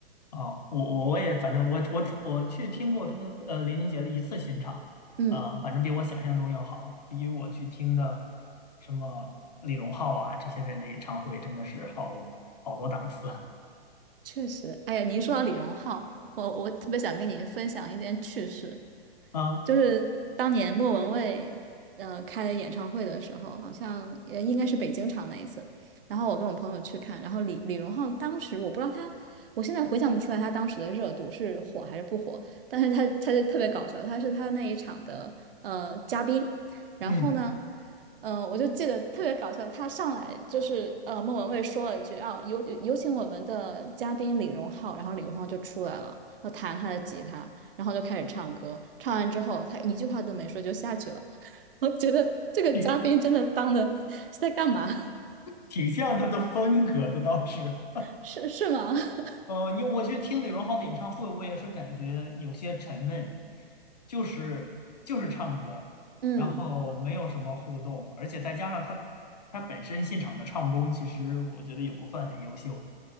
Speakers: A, on the left; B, on the right.
A: 啊，我我我也反正我我我去听过周杰呃林俊杰的一次新场，
B: 嗯，
A: 啊，反正比我想象中要好，比我去听的什么李荣浩啊这些人的演唱会真的是好好多档次
B: 确实。哎呀，你一说到李荣浩，我我特别想跟你分享一件趣事。
A: 啊，
B: 就是当年莫文蔚呃开演唱会的时候，好像呃应该是北京场那一次，然后我跟我朋友去看，然后李李荣浩当时我不知道他，我现在回想不出来他当时的热度是火还是不火，但是他他就特别搞笑，他是他那一场的呃嘉宾，然后呢。
A: 嗯，
B: 嗯，我就记得特别搞笑，他上来就是呃，莫文蔚说了一句啊，有有请我们的嘉宾李荣浩，然后李荣浩就出来了，要弹他的吉他，然后就开始唱歌，唱完之后他一句话都没说就下去了，<laughs> 我觉得这个嘉宾真的当的是在干嘛？
A: 挺挺像他的风格的倒是，
B: <laughs> 是是吗？<laughs>
A: 呃，你我去听李荣浩的演唱会，我也是感觉有些沉闷，就是就是唱歌，
B: 嗯
A: 然后没有什么互动，而且再加上他他本身现场的唱功，其实我觉得也不算很优秀，